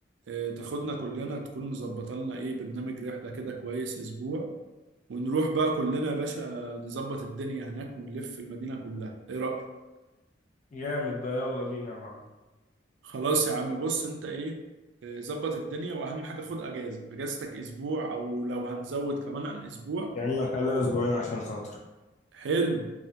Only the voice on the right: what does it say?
آه، تاخدنا كلنا تكون مظبطة لنا إيه برنامج رحلة كده كويس أسبوع ونروح بقى كلنا يا باشا نظبط الدنيا هناك ونلف المدينة كلها إيه رأيك؟
خلاص يا عم بص انت ايه آه، ظبط الدنيا واهم حاجه خد اجازه اجازتك اسبوع او لو هنزود كمان عن اسبوع
حلو